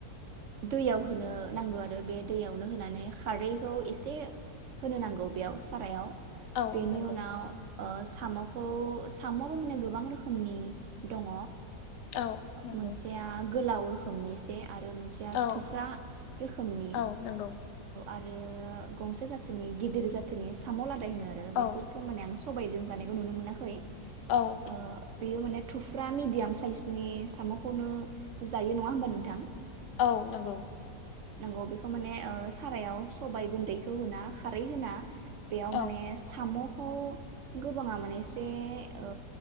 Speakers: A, on the right; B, on the left.
A: दैयाव होनो नांगौ आरो बे दैयावनो होनानै खारदैखौ एसे होनो नांगौ बेयाव सारायाव।
B: औ
A: बेनि
B: नंगौ
A: उनाव। ओ साम'खौ साम'आबो माने गोबां रोखोमनि दङ।
B: औ नंगौ।
A: मोनसेया गोलाव खननैसे आरो मोनसेया
B: औ
A: थुफ्रा रोखोमनि
B: औ नंगौ
A: आरो गंसे जाथोनि गिदिर जाथोनि साम' लादाय होनो। आरो
B: औ
A: बेखौथ' माने आं सबाय जों जानायखौ नुनो मोनाखै।
B: औ
A: ओ बेयो माने थुफ्रा मिडियाम साइसनि साम'खौनो जायो ना नङा होमबा नोंथां?
B: औ नंगौ।
A: नंगौ बेखौ माने सारायाव सबायाइ गुन्दैखौ होना खारै होना। बेयाव
B: औ
A: माने साम' खौ गोबाङा माने एसे ओ